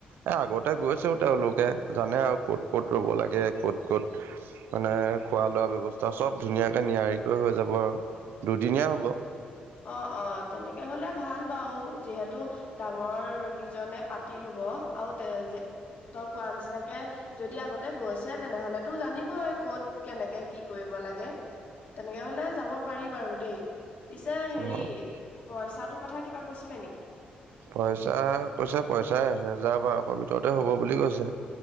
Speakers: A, on the right (about 85°); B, on the left (about 50°).
A: এ আগতে গৈ। তেওঁলোকে জানে আৰু ক'ত ক'ত ৰ'ব লাগে ক'ত ক'ত মানে খোৱা লোৱা ব্যৱস্থা। ত চব ধুনীয়াকে নিয়াৰিকৈ হৈ যাব আৰু দুদিনীয়া হ'ব।
B: অ অ তেনেকে হলে ভাল বাৰু যিহেতু ডাঙৰ গিজনে পাতিলো। হ'ব আৰু তে যে। তই কোৱা নিচিনাকে যদি আগতে গৈছে তেনেহলে তো জানিবই ক'ত কেনেকে কি কৰিব। লাগে তেনেকে হলে যাব পাৰি বাৰু দেই। পিছে হেৰি
A: অ
B: পইচাটোৰ কথা কিবা কৈছিলে নেকি!
A: পইচা কৈছে পইচা এহেজাৰ বাৰশ ভিতৰতে হ'ব বুলি কৈছে।